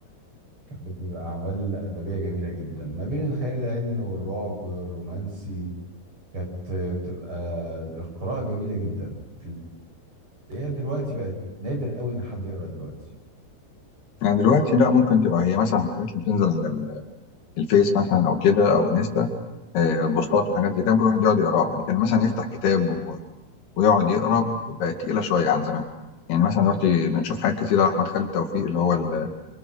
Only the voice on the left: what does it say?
يعني دلوقتي لا ممكن تبقى هي مثلا الحاجات اللي بتنزل على ال- الفيس مثلا او كده او انستا آه، بوستات وحاجات زي كده ممكن الواحد يقعد يقراها يعني كان مثلا يفتح كتاب و- ويقعد يقرا بقت تقيله شويه عن زمان يعني مثلا دلوقتي بنشوف حاجات كتيره احمد خالد توفيق اللي هو ال-